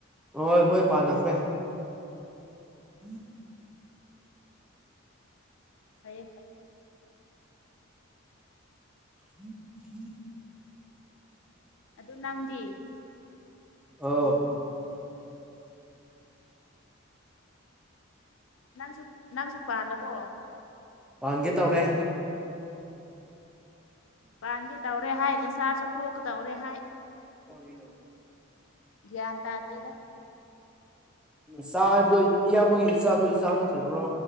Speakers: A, in the centre; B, on the left.
A: ꯍꯣꯏ ꯃꯣꯏ ꯄꯥꯟꯅꯈ꯭ꯔꯦ <inaudible>
B: ꯐꯩꯌꯦ ꯐꯩꯌꯦ
A: ꯎꯝ ꯎꯝ
B: ꯑꯗꯨ ꯅꯪꯗꯤ
A: ꯑꯥꯎ
B: ꯅꯪꯁꯨ ꯅꯪꯁꯨ ꯄꯥꯜꯂꯕꯣ
A: ꯄꯥꯟꯒꯦ ꯇꯧꯔꯦ
B: ꯄꯥꯟꯒꯦ ꯇꯧꯔꯦ ꯍꯥꯏ ꯅꯆꯥꯁꯨ ꯄꯣꯛꯀꯗꯧꯔꯦ ꯍꯥꯏ
A: ꯀꯣꯔꯤꯅꯣ
B: ꯒ꯭ꯌꯥꯟ ꯇꯥꯗ꯭ꯔꯦꯗ
A: ꯆꯥ ꯍꯥꯏꯕꯗꯣ ꯏꯌꯥꯝꯕꯒꯤ ꯏꯆꯥꯗꯣ ꯏꯆꯥ ꯅꯠꯇ꯭ꯔꯕ꯭ꯔꯣ